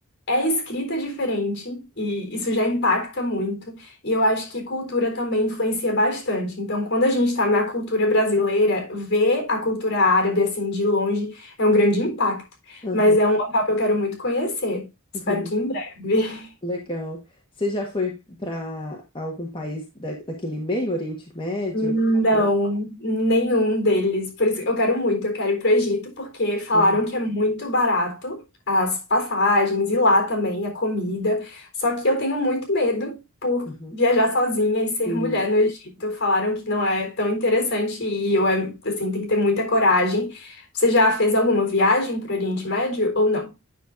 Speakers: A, on the left (about 55°); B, on the left (about 25°).
A: é escrita diferente e isso já impacta muito. E eu acho que cultura também influencia bastante. Então, quando a gente está na cultura brasileira, ver a cultura árabe assim de longe é um grande impacto.
B: Aham.
A: Mas é um local que eu quero muito conhecer. Espero
B: <laughs>
A: que em breve.
B: Legal. Você já foi para algum país da, daquele meio Oriente Médio?
A: Não,
B: que Falaram.
A: nenhum deles. Por isso que eu quero muito, eu quero ir para Egito, porque falaram
B: Aham,
A: que é muito barato as passagens e lá também a comida. Só que eu tenho muito medo por
B: aham.
A: viajar sozinha e ser
B: Sim.
A: mulher no Egito. Falaram que não é tão interessante ir, ou é, assim, tem que ter muita coragem. Você já fez alguma viagem pro Oriente Médio ou não?